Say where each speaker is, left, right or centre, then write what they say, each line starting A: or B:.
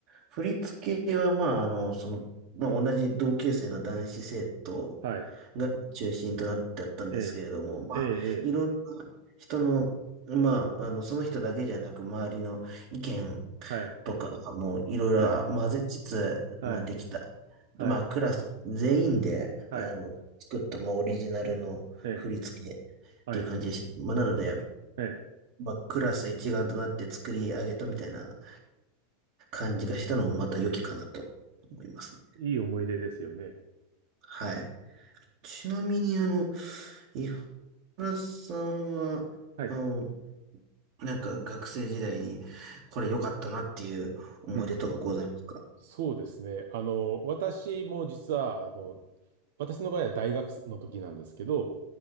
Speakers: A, on the right (about 55°); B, on the right (about 75°).
A: 振り付けは、まあ、あの、その、まあ、同じ同級生の男子生徒
B: はい。
A: が中心となってあったんですけれども、
B: ええ、
A: まあ、
B: ええ、
A: いろんな人の、
B: ええ。
A: まあ、あの、その人だけじゃなく、周りの意見
B: はい。
A: とか、もういろいろ混ぜつつ、
B: はい。はい。
A: まあできた。
B: はい。
A: でまあクラス全員で、
B: はい。
A: あの、作った、もうオリジナルの振り付けっ
B: ええ、はい。
A: ていう感じでした。まあなので、
B: ええ。
A: まあクラス一丸となって作り上げたみたいな感じがしたのもまた良きかなと思いますね。
B: いい思い出ですよね。
A: はい。ちなみにあの、井原さんは、
B: はい。
A: あの、なんか学生時代にこれ良かったなっていう思い出とかございますか
B: うん。そうですね。あの、私も実は、あの、私の場合は大学の時なんですけど、